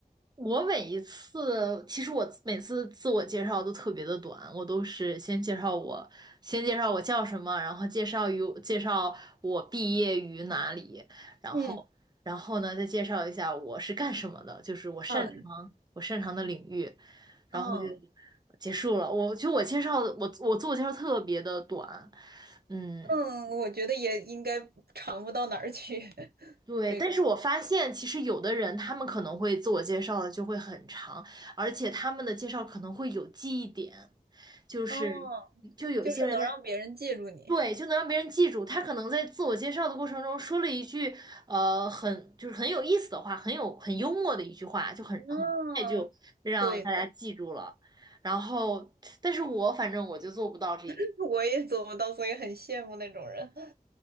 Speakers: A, on the right; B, on the right.
A: 我每一次，其实我每次自我介绍都特别的短，我都是先介绍我，先介绍我叫什么，然后介绍于介绍我毕业于哪里，然后然后呢再介绍一下我是干什么的，
B: 嗯
A: 就是我擅长我擅长的领域，
B: 嗯
A: 然后就
B: 嗯
A: 结束了。我就我介绍的我我自我介绍特别的短，嗯。
B: 嗯，我觉得也应该长不到哪儿去。<laughs>
A: 对，
B: 这个
A: 但是我发现其实有的人他们可能会自我介绍的就会很长，而且他们的介绍可能会有记忆点，就是就有一些人在
B: 哦，就是能让别人记住你。
A: 对，就能让别人记住，他可能在自我介绍的过程中说了一句呃很就是很有意思的话，很有很幽默的一句话，就很很快就让大家记住了。
B: 嗯，对，
A: 然后，但是我反正我就做不到这一点，
B: <laughs> 我也做不到，所以很羡慕那种人。